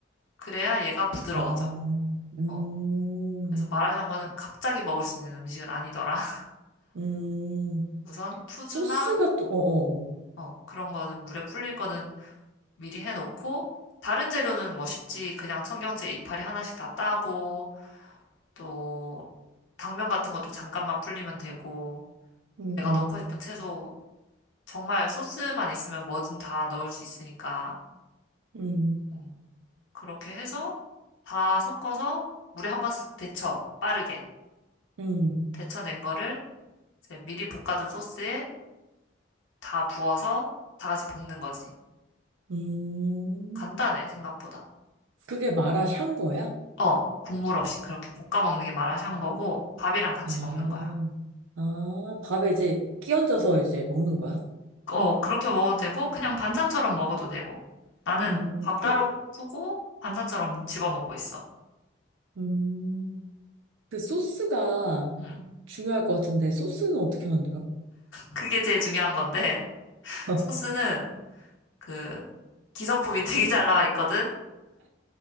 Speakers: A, on the left; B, on the right.
A: 그래야 얘가 부드러워져.
B: 어, 음,
A: 어. 그래서 마라샹궈는 갑자기 먹을 수 있는 음식은 아니더라. <laughs>
B: 음.
A: 우선 푸주나
B: 소스가 또, 어어어.
A: 어, 그런 거는 물에 불릴 거는 미리 해놓고 다른 재료는 뭐 쉽지. 그냥 청경채 이파리 하나씩 다 따고 또 당면 같은 것도 잠깐만 불리면 되고
B: 음,
A: 내가
B: 음,
A: 넣고 싶은 채소 정말 소스만 있으면 뭐든 다 넣을 수 있으니까
B: 음,
A: 음, 그렇게 해서 다 섞어서 물에 한번 싹 데쳐 빠르게
B: 음,
A: 데쳐낸 거를 이제 미리 볶아둔 소스에 다 부어서 다 같이 볶는 거지
B: 음.
A: 간단해 생각보다
B: 그게 마라샹 거야?
A: 어 국물 없이 그렇게 볶아 먹는 게 마라샹궈고 밥이랑 같이
B: 아,
A: 먹는 거야
B: 아, 밥에 이제 끼얹어서 이제 먹는 거야?
A: 어, 그렇게 먹어도 되고, 그냥 반찬처럼 먹어도 되고. 나는
B: 음,
A: 밥
B: 그,
A: 따로 푸고, 반찬처럼 집어 먹고 있어.
B: 음, 그 소스가
A: 음,
B: 중요할 것 같은데, 소스는 어떻게 만들어?
A: 그게 제일 중요한 건데,
B: <laughs>
A: 소스는 그, 기성품이 <laughs> 되게 잘 나와 있거든?